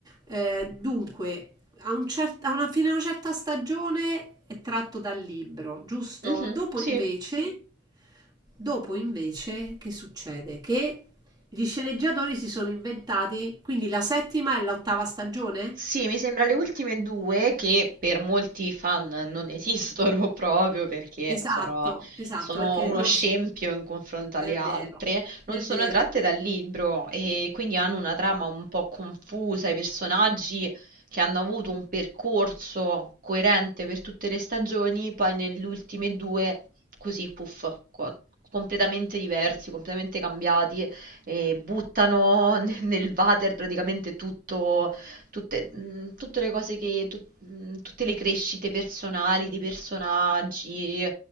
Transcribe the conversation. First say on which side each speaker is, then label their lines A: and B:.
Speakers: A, on the right; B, on the right.
A: eh, dunque, a un cer- a una- fino a una certa stagione è tratto dal libro, giusto?
B: Mhm,
A: Dopo
B: sì.
A: Mhm. invece, dopo invece, che succede? Che gli sceneggiatori si sono inventati, quindi la settima e l'ottava stagione?
B: Sì, mi sembra le ultime due che per molti fan non esistono <laughs> proprio perché
A: Esatto,
B: sono,
A: esatto,
B: sono
A: perché
B: uno
A: non...
B: scempio
A: s-
B: in confronto
A: È
B: alle altre,
A: vero, è
B: non sono
A: vero,
B: tratte
A: è vero.
B: dal libro e quindi hanno una trama un po' confusa, i personaggi che hanno avuto un percorso coerente per tutte le stagioni, poi nelle ultime due così, puff, co- completamente diversi, completamente cambiati e buttano <laughs> nel nel water praticamente tutto tutte, mh, tutte le cose che, tut- mh, tutte le crescite personali dei personaggi,